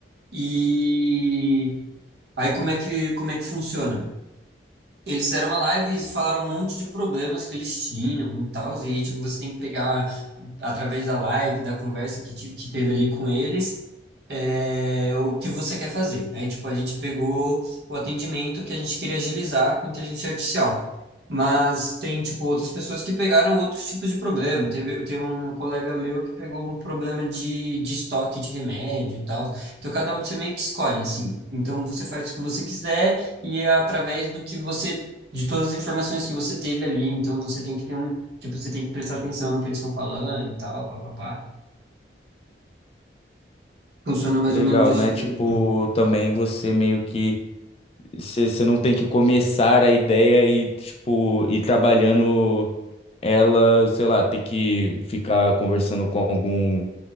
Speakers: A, on the right; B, on the left.
A: E aí, como é que, como é que funciona? Eles fizeram uma live e falaram um monte de problemas que eles tinham e tal, e aí, tipo, você tem que pegar através da live, da conversa que, tive, que teve ali com eles, é, o que você quer fazer. Aí, tipo, a gente pegou o atendimento que a gente queria agilizar com inteligência artificial. Mas tem, tipo, outras pessoas que pegaram outros tipos de problema. Teve, teve um colega meu que pegou um problema de, de estoque de remédio e tal. Então, cada um, você meio que escolhe, assim. Então, você faz o que você quiser e é através do que você, de todas as informações que você teve ali. Então, você tem que ter um, tipo, você tem que prestar atenção no que eles estão falando e tal, papapá. Funciona mais
B: Legal,
A: ou menos desse
B: né?
A: jeito.
B: Tipo, também você meio que. Você você não tem que começar a ideia e, tipo, ir trabalhando ela, sei lá, ter que ficar conversando com algum,